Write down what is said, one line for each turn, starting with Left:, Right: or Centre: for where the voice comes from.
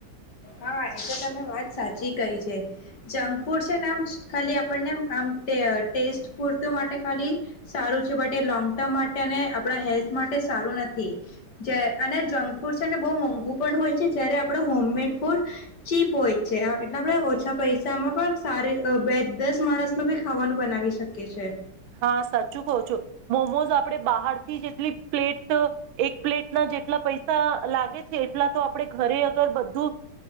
Left: હા એ તો તમે વાત સાચી કહી છે જંક ફૂડ છે નામ ખાલી પણનેમ આમ ટેસ્ટ પૂરતું માટે ખાલી સારું છે બટ એ લોંગ ટર્મ માટે અને આપણા હેલ્થ માટે સારું નથી જ અને જંક ફૂડ છે ને બહુ મોંઘું પણ હોય છે જ્યારે આપણું હોમમેડ ફૂડ ચીપ હોય છે એટલા આપણેે ઓછા પૈસામાં પણ સારી બે દસ માણસ ન બી ખાવાનું બનાવી શકીએ છ છે.
Right: હા સાચું કવ છો મોમોઝ આપે બહાર થી જેટલી પ્લેટ એક પ્લેટ ના જેટલા પૈસા લાગે છે એટલા તો આપણેે ઘરે અગર બધું